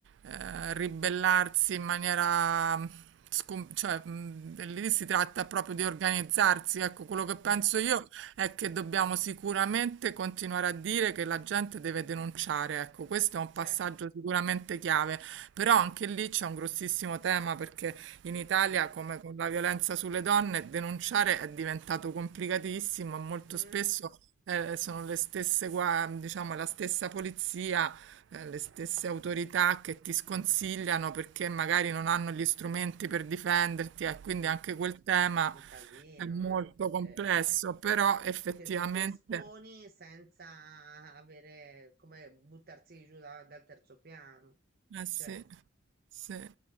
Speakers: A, on the right (about 65°); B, on the right (about 50°).
A: eh, ribellarsi in maniera scom- cioè, mh, lì si tratta proprio di organizzarsi. Ecco, quello che penso
B: Eh,
A: io è che dobbiamo sicuramente continuare a dire che la gente deve denunciare. Ecco, questo è un
B: certo.
A: passaggio sicuramente chiave, però anche lì c'è un grossissimo tema perché in Italia,
B: eh,
A: come con la violenza sulle donne, denunciare è diventato complicatissimo e molto
B: mm,
A: spesso. eh, sono le stesse, gua- diciamo, la stessa polizia eh, le stesse autorità che ti sconsigliano perché magari non hanno gli strumenti per difenderti, e quindi
B: eh,
A: anche quel tema
B: un casino,
A: è molto
B: eh,
A: complesso,
B: eh,
A: però effettivamente,
B: Perché ti esponi senza avere come buttarsi giù da- dal terzo piano.
A: eh sì,
B: Cioè.
A: sì, eh,